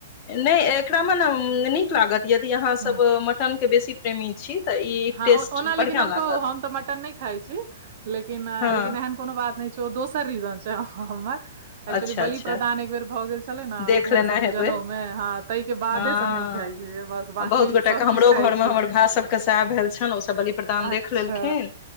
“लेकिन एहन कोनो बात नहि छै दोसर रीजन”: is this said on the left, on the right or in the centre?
Right